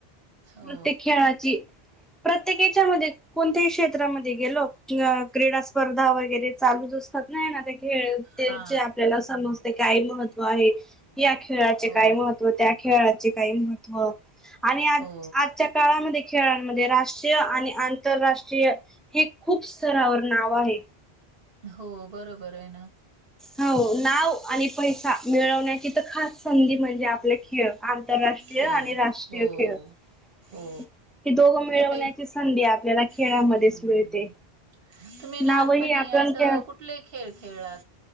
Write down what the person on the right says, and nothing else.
हो
हा
हो
हो
हो, बरोबर आहे ना.
खेळ
हो
हो
ताई
हम्म
तुम्ही लहानपणी
अस
कुठले खेळ खेळला,